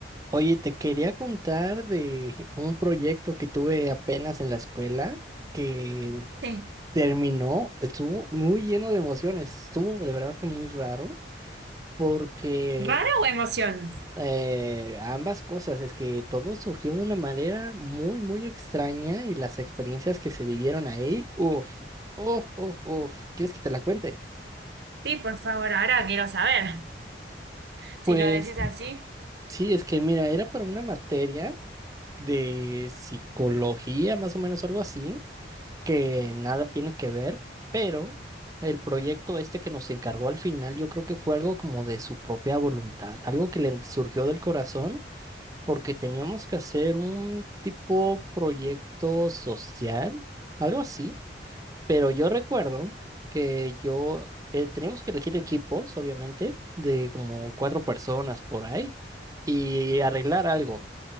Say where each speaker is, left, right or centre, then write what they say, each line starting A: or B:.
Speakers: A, on the right; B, on the right.
A: Oye, te quería contar de un proyecto que tuve apenas en la escuela que
B: Sí.
A: terminó, estuvo muy lleno de emociones, estuvo de verdad que muy raro porque
B: ¿Raro o emociones?
A: eh, ambas cosas, es que todo surgió de una manera muy, muy extraña y las experiencias que se vivieron ahí, uff, uff, uff, uff, ¿quieres que te la cuente?
B: Sí, por favor, ahora quiero saber. <laughs> Si
A: Pues
B: lo decís así.
A: sí, es que mira, era para una materia de psicología, más o menos algo así que nada tiene que ver, pero el proyecto este que nos encargó al final, yo creo que fue algo como de su propia voluntad, algo que le surgió del corazón, porque teníamos que hacer un tipo proyecto social, algo así, pero yo recuerdo que yo eh, teníamos que elegir equipos, obviamente, de como cuatro personas por ahí y arreglar algo